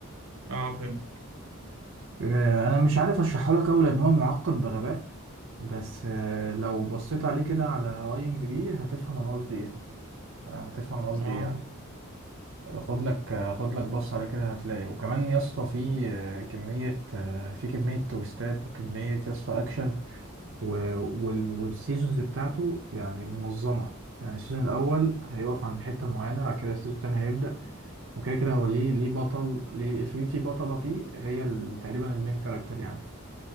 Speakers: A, on the right; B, on the right.
A: آه، فيلم
B: آه، أنا مش عارف أشرحه لك أوي لأن هو معقد بغباء بس آه، لو بصيت عليه كده على أي إم دي بي هتفهم أنا قصدي إيه هتفهم أنا قصدي
A: آه
B: إيه يعني خد لك خد لك بص عليه كده هتلاقي وكمان يا اسطى في آه، كمية آه، في كمية تويستات وكمية يا اسطى أكشن و- وال- والسيزونز بتاعته يعني منظمة يعني السيزون الأول هيقف عند حتة معينة بعد كده السيزون التاني هيبدأ وكده كده هو ليه ليه بطل ليه في في بطلة فيه هي ال- تقريبا المين كاركتر يعني